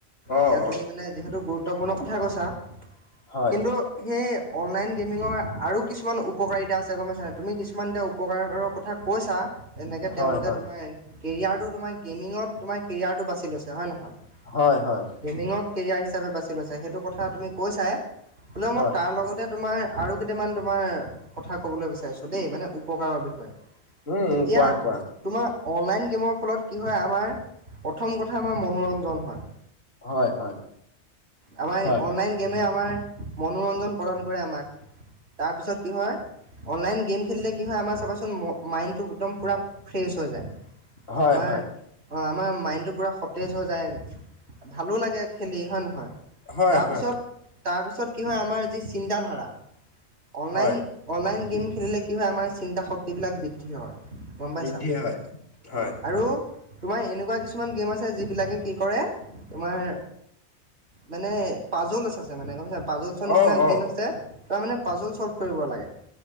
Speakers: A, on the left; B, on the right.
A: অ',
B: এতিয়া তুমি
A: অ',
B: মানে যিহেতু গুৰুত্বপূৰ্ণ কথাই কৈছা
A: হয়
B: কিন্তু সেই অনলাইন গেমিঙৰ আৰু কিছুমান উপকাৰিতা আছে গম পাইছা নাই তুমি কিছুমান এতিয়া উ উপকাৰৰ ঘৰ কথা কৈছা তেনেকে
A: হয়
B: তেওঁলোকে
A: হয়।
B: তোমাৰ কেৰিয়াৰটো তোমাৰ গেমিঙত তোমাৰ কেৰিয়াৰটো বাছি লৈছে হয় নহয়
A: হয় হয়
B: গেমিঙক কেৰিয়াৰ হিচাপে বাছি লৈছা সেইটো কথা তুমি কৈছা হলেও
A: হয়
B: মই তাৰ লগত তোমাৰ আৰু কেইটামান তোমাৰ কথা কবলৈ বিচাৰিছো দে মানে উপকাৰৰ বিষয়ে
A: উম
B: এতিয়া
A: উম কোৱা কোৱা
B: তোমাৰ অনলাইন গেমৰ ফলত কি হয় আমাৰ প্ৰথম কথা আমাৰ মনোৰঞ্জন হয়
A: হয় হয়
B: আমাৰ
A: হয়
B: অনলাইন গেমে আমাৰ মনোৰঞ্জন প্ৰদান কৰে আমাক তাৰপিছত কি হয় অনলাইন গেম খেলিলে কি হয় আমাৰ চাবা চোন মাইনটো একদম পুৰা ফ্ৰেছ হৈ যায়
A: হয়
B: আমাৰ
A: হয়
B: অঁ আমাৰ মাইণ্ডটো পুৰা সতেজ হৈ যায় ভালো লাগে খেলি হয় নহয়
A: হয়
B: তাৰপিছত
A: হয়
B: তাৰপিছত কি হয়, আমাৰ যি চিন্তাধাৰা অনলাইন
A: হয়
B: অনলাইন গেম খেলিলে কি হয়, আমাৰ চিন্তা শক্তিবিলাক বৃদ্ধি হয়। গম পাইছা?
A: বৃদ্ধি
B: অঁ',
A: হয় হয়
B: আৰু তোমাৰ এনেকুৱা কিছুমান গেম আছে, যিবিলাকে কি কৰে তোমাৰ মানে পাজলছ আছে মানে গম পাই, পাজলচৰ নিচিনা
A: অ
B: গেম
A: অ
B: আছে। তাৰ মানে পাজলছ চল্ভ কৰিব লাগে।